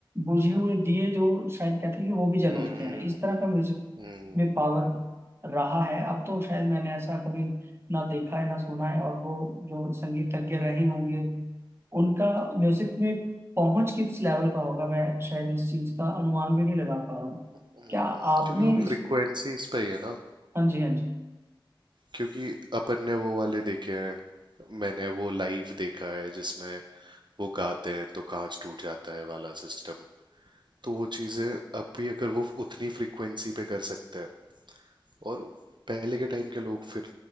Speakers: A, on the right; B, on the right.
A: बुझे हुए दिए जो शायद कहते हैं कि वो भी जल
B: हम्म
A: उठते हैं इस तरह का म्यूजिक
B: हम्म,
A: में पावर रहा है अब तो शायद मैंने ऐसा कभी ना देखा है ना सुना है और वो जो संगीतज्ञ रहे होंगे उनका म्यूजिक में पहुंच किस लेवल का होगा मैं शायद इस चीज का अनुमान भी नहीं लगा पा रहा हूँ
B: हम्म।
A: क्या आपने
B: क्योंकि वो
A: इस
B: फ्रिक्वेंसीज पे ही है ना
A: हाँ जी हाँ जी
B: क्योंकि अपन ने वो वाले देखे हैं मैंने वो लाइव देखा है जिसमें वो गाते हैं तो कांच टूट जाता है वाला सिस्टम तो वो चीजें अब भी अगर वो उतनी फ्रिक्वेंसी पे कर सकते हैं और पहले के टाइम के लोग फिर